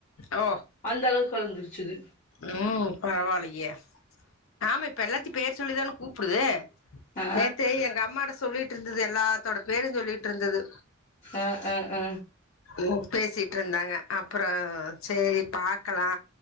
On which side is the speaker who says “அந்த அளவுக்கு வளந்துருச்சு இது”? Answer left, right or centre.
Left